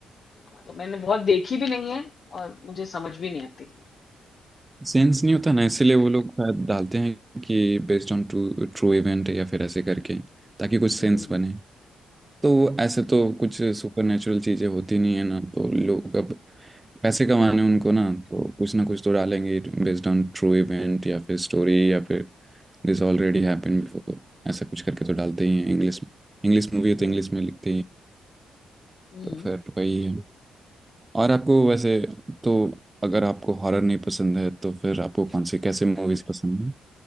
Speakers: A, on the left; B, on the right.
A: मतलब मैंने बहुत देखी भी नहीं है और मुझे समझ भी नहीं आती
B: सेंस नहीं होता ना इसीलिए वो लोग शायद डालते हैं कि based on true true event या फिर ऐसे करके ताकि कुछ सेंस
A: हम्म
B: बने तो ऐसे तो कुछ सुपर नेचुरल चीज़ें होती नहीं है ना तो लोग अब पैसे कमाने उनको ना तो कुछ ना कुछ तो डालेंगे बेस्ड ऑन ट्रू इवेंट या फिर स्टोरी या फिर दिस ऑलरेडी हैपेंड बिफोर ऐसा कुछ करके तो डालते ही हैं इंग्लिश में इंग्लिश मूवी है तो
A: हम्म
B: इंग्लिश में लिखते ही हैं।
A: हम्म
B: तो फिर वही है और आपको वैसे तो अगर आपको हॉरर नहीं पसंद है तो फिर आपको कौन सी कैसे मूवीज पसंद है?